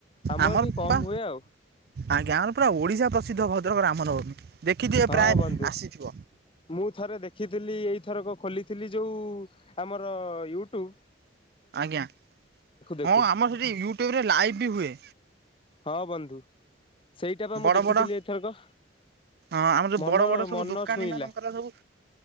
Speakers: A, on the left; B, on the right.
A: ଆମ
B: ଆମର
A: ଏଠି କମ୍
B: ପା
A: ହୁଏ ଆଉ।
B: ଆଜ୍ଞା ଆମର ପୁରା ଓଡ଼ିଶା ପ୍ରସିଦ୍ଧ ଭଦ୍ରକ ରାମନବମୀ। ଦେଖିଥିବେ
A: ହଁ
B: ପ୍ରାୟ
A: ବନ୍ଧୁ
B: ଆସିଥିବ
A: ମୁଁ ଥରେ ଦେଖିଥିଲି ଏଇଥରକ ଖୋଲିଥିଲି ଯୋଉ ଆମର ୟୁଟ୍ୟୁବ୍।
B: ଆଜ୍ଞା ହଁ
A: ଦେଖୁ
B: ଆମର ସେଠି ୟୁଟ୍ୟୁବ୍ ରେ ଲାଇଭ୍ ବି ହୁଏ।
A: ହଁ ବନ୍ଧୁ ସେଇଟା ପା
B: ବଡ଼
A: ମୁଁ ଦେଖିଥିଲି
B: ବଡ଼
A: ଏଥରକ।
B: ହଁ ଆମର ଯୋଉ
A: ମନ
B: ବଡ଼ ବଡ଼ ସବୁ
A: ମନ
B: ଦୋକାନୀ
A: ଛୁଇଁଲା
B: ମାନଙ୍କର ସବୁ